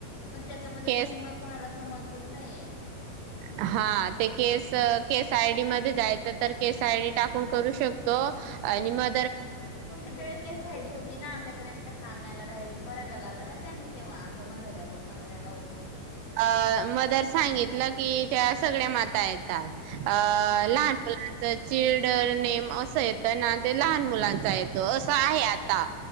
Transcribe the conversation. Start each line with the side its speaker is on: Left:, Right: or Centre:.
Left: पण त्याच्या
Right: केस
Left: पूर्ण समजलंच नाहीे
Right: ह हा ते केस केस आय डी मध्ये जायचं तर केस आयडी टाकून करू शकतो आणि म
Left: तुमच्याकडे के आयडी होती ना आमच्याकडे साम्याला डायरेक्ट बरायला लावला ना त्यांनी तेव्हा आपण मज म होोत
Right: अ मदर सांगितलं की त्या सगळ्या माता येतात अ
Left: हम्म
Right: लहान मुलांच चिल्ड्रन नेम असं येतं ना ते लहान मुलांचा येतो असं आहे आता